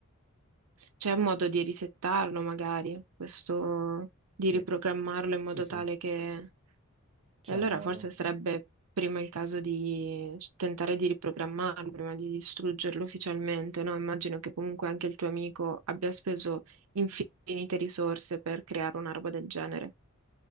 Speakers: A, on the right; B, on the right.
A: C'è un modo di risettarlo magari, questo di
B: Sì,
A: riprogrammarlo in
B: sì,
A: modo
B: sì,
A: tale che...
B: c'è
A: E allora
B: un modo.
A: forse sarebbe prima il caso di tentare di riprogrammarlo, prima di distruggerlo ufficialmente, no? Immagino che comunque anche il tuo amico abbia speso infinite risorse per creare una roba del genere.